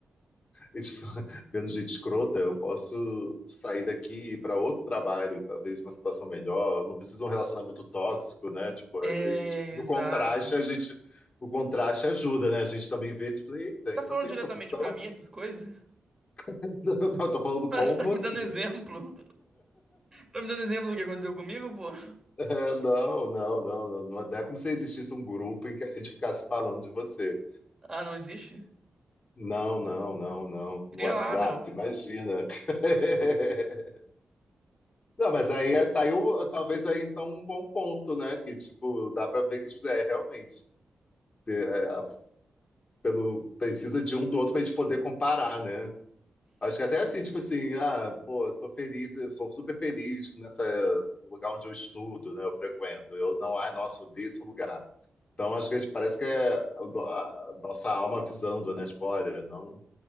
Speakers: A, on the left; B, on the right.
A: isso, <laughs> vendo gente escrota, eu posso sair daqui e ir para outro trabalho, talvez uma situação melhor. Eu não preciso de um relacionamento tóxico, né? Tipo,
B: É,
A: às vezes, no
B: exato.
A: contraste, a gente. O contraste ajuda, né? A gente também vê, tipo, eita,
B: Você tá
A: então
B: falando
A: tem
B: diretamente
A: essa opção?
B: pra mim essas coisas? <laughs>
A: <laughs> Não, não, eu tô falando
B: Parece
A: com
B: que
A: você.
B: tá me dando exemplo. Tá me dando exemplo do que aconteceu comigo, pô?
A: É, não, não, não, não, não. Não é como se existisse um grupo em que a gente ficasse falando de você.
B: Ah, não existe?
A: Não, não, não, não.
B: Cria
A: No WhatsApp,
B: lá, meu.
A: imagina. <laughs> Não, mas aí é- tá aí o- talvez aí então um bom ponto, né? Que tipo, dá pra ver que tipo, é, realmente é, a- pelo, precisa de um do outro pra gente poder comparar, né? Acho que até assim, tipo assim, ah, pô, eu tô feliz, eu sou super feliz nessa no lugar onde eu estudo, né? Eu frequento. Eu não, ai, nossa, odeio esse lugar. Então acho que a gente parece que é a do- a nossa alma avisando, né? Tipo, olha, não